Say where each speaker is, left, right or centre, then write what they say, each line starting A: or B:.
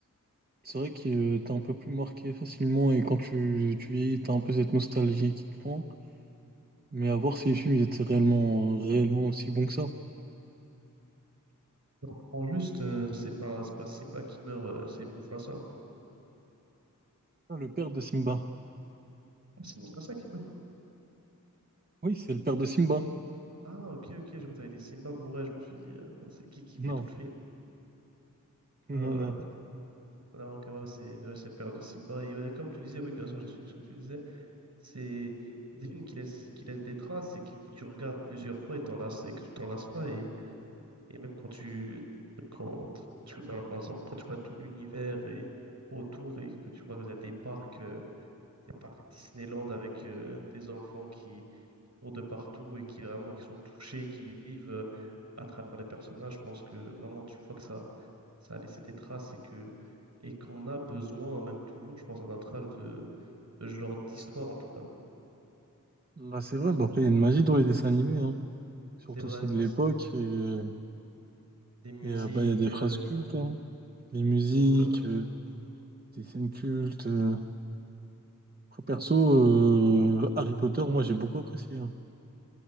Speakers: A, on the right; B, on the right.
A: C'est vrai que euh, t'es un peu plus marqué facilement et quand tu, tu vieillis, t'as un peu cette nostalgie qui te prend. Mais à voir si les films ils étaient réellement, réellement aussi bons que ça.
B: Je te reprends juste. euh, c'est pas, c'est pas Simba qui meurt, euh, c'est Mufasa.
A: Ah, le père de Simba.
B: Ah, C'est Mufasa qui meurt.
A: Oui, c'est le père de Simba.
B: Ah, ok, ok, je crois que t'avais dit Simba mourait. Je me suis dit, euh, c'est qui qui fait
A: Non,
B: tout le film?
A: non,
B: Ah
A: non.
B: ouais, donc ouais, c'est ouais, c'est le père de Simba. Et ouais, comme tu disais, oui, bien sûr, j'ai suivi ce que tu disais. C'est des films qui laissent, qui laissent des traces et que, que tu regardes plusieurs fois et, t'en lasses- et que tu t'en lasses pas. Et, et même quand tu, quand tu vois, par exemple, quand tu vois tout l'univers et autour et que tu vois, il y a des parcs, euh, des parcs Disneyland avec euh, des enfants qui, autour de partout et qui vraiment qui sont touchés, qui vivent euh, à travers les personnages. Je pense que vraiment tu vois que ça, ça a laissé des traces et que et qu'on a besoin, même toujours, je pense, à notre âge de, de ce genre d'histoire en tout cas.
A: Bah, c'est vrai, bah, après, il y a une magie dans les dessins animés, hein. Surtout
B: C'est vrai
A: ceux de
B: que
A: l'époque.
B: c-
A: Et,
B: les musiques,
A: et, euh, bah, il y a des
B: euh,
A: phrases cultes, hein. Les musiques,
B: bon, je peux-
A: euh,
B: je
A: des scènes cultes. euh. Après, perso, euh, Harry Potter, moi, j'ai beaucoup apprécié. hein.